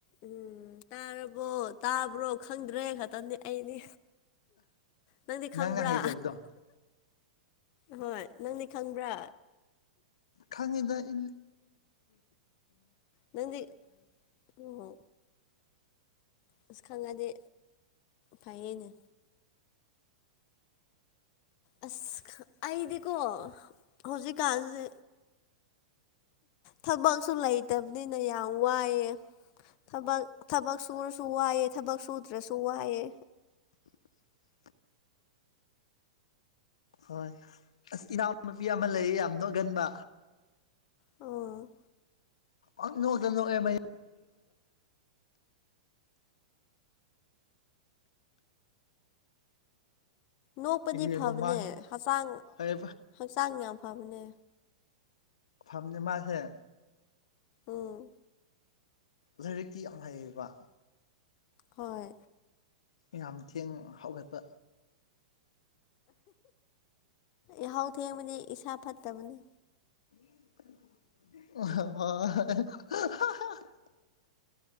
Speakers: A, on the left (about 40°); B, on the left (about 60°).
A: ꯎꯝ ꯍꯥꯏꯔꯕꯣ ꯇꯥꯕ꯭ꯔꯣ ꯈꯪꯗ꯭ꯔꯦ ꯈꯛꯇꯪꯗꯤ ꯑꯩꯅꯦ ꯅꯪꯗꯤ ꯈꯪꯕ꯭ꯔꯥ
B: ꯅꯪꯅ ꯍꯩꯖꯕꯗꯣ
A: ꯍꯣꯏ ꯅꯪꯗꯤ ꯈꯪꯕ꯭ꯔꯥ
B: ꯈꯪꯉꯗ ꯏ
A: ꯅꯪꯗꯤ ꯑꯣ ꯑꯁ ꯈꯪꯉꯗꯤ ꯐꯩꯅꯦ ꯑꯁ ꯑꯩꯗꯤꯀꯣ ꯍꯧꯖꯤꯛꯀꯥꯟꯁꯦ ꯊꯕꯛꯁꯨ ꯂꯩꯇꯕꯅꯤꯅ ꯌꯥꯝ ꯋꯥꯏꯑꯦ ꯊꯕꯛ ꯊꯕꯛ ꯁꯨꯔꯁꯨ ꯋꯥꯏꯑꯦ ꯊꯕꯛ ꯁꯨꯗ꯭ꯔꯁꯨ ꯋꯥꯏꯑꯦ
B: <inaudible> ꯍꯣꯏ ꯑꯁ ꯏꯅꯥꯎꯅꯨꯄꯤ ꯑꯃ ꯂꯩ ꯌꯥꯝ ꯅꯣꯛꯒꯟꯕ
A: ꯑꯣ
B: ꯑꯣꯛꯗꯦꯂꯒ
A: ꯅꯣꯛꯄꯗꯤ
B: ꯌꯦꯡꯉꯣ
A: ꯐꯕꯅꯦ
B: ꯃꯥ
A: ꯍꯛꯆꯥꯡ
B: ꯍꯣꯏ
A: ꯍꯛꯆꯥꯡ ꯌꯥꯝ ꯐꯕꯅꯦ
B: ꯐꯝꯅꯦ ꯃꯥꯁꯦ ꯎ
A: ꯎꯝ
B: ꯂꯥꯏꯔꯤꯛꯇꯤ ꯌꯥꯝ ꯍꯩꯌꯦꯕ
A: ꯍꯣꯏ
B: ꯌꯥꯝ ꯊꯦꯡꯅ ꯍꯧꯒꯠꯄ
A: ꯌꯥꯍꯥꯎ ꯊꯦꯡꯕꯅꯤ ꯏꯁꯥ ꯐꯠꯇꯕꯅꯤ
B: ꯍ